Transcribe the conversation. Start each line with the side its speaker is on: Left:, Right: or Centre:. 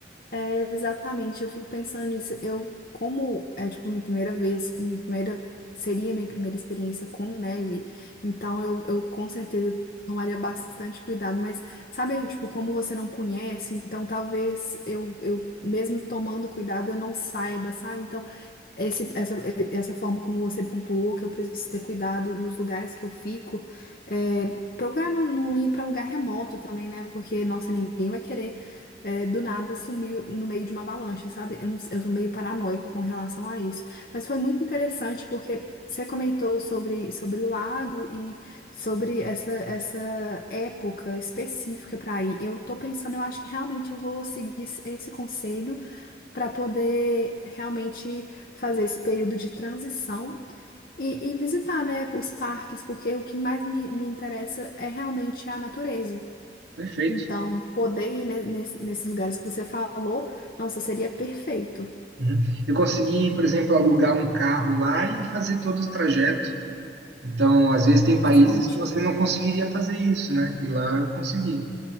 Left: É, exatamente, eu fico pensando nisso. Eu, como é tipo minha primeira vez, com minha primeira seria minha primeira experiência com neve, então eu, eu com certeza tomaria bastante cuidado, mas sabe, tipo, como você não conhece, então talvez eu, eu mesmo tomando cuidado eu não saiba, sabe? Então esse, essa, essa forma como você pontuou, que eu preciso ter cuidado nos lugares que eu fico, é, procurar não, não ir para lugar remoto também, né? Porque, nossa, ninguém vai querer é, do nada sumir no meio de uma avalanche, sabe? Eu, não, eu tô meio paranoica com relação a isso. Mas foi muito interessante porque você comentou sobre, sobre o lago e sobre essa, essa época específica para ir. Eu tô pensando, eu acho que realmente eu vou seguir esse esse conselho para poder realmente fazer esse período de transição e, e visitar, né, os parques, porque o que mais me, me interessa é realmente a natureza.
Right: Perfeito.
Left: Então, poder ir ne- nesse- nesses lugares que você falou, nossa, seria perfeito.
Right: Uhum. Eu consegui, por exemplo, alugar um carro lá e fazer todo o trajeto. Então, às vezes tem
Left: Interessante.
Right: países que você não conseguiria fazer isso, né? E lá eu consegui.